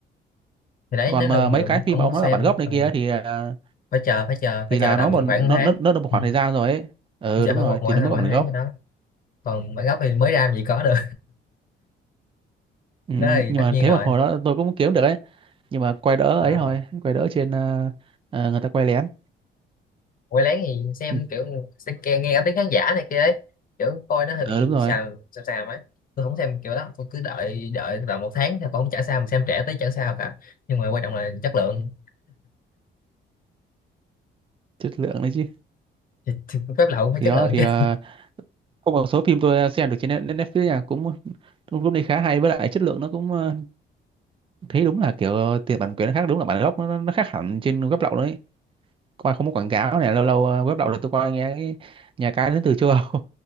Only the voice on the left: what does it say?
thì đấy
nếu lần
mà
ông
muốn
xem
ờ,
phải chờ phải chờ phải
chờ tầm
khoảng một tháng
ừ.
chờ
khoảng
một mỗi
mỗi
tháng
gì đó còn bản gốc thì mới ra làm gì có được <laughs>
đó thì
tất
nhiên
rồi
Ờ.
quay lén thì xem
kiểu sẽ kê- nghe cả tiếng khán giả này kia ấy kiểu coi nó hơi bị
xàm xàm xàm ấy tôi không xem kiểu đó tôi cứ đợi đợi vào một tháng thì còn không trả sao mà xem trẻ tới chả sao cả nhưng mà quan trọng là chất lượng
thì, thì phép lậu cũng
phải chất
lượng
chứ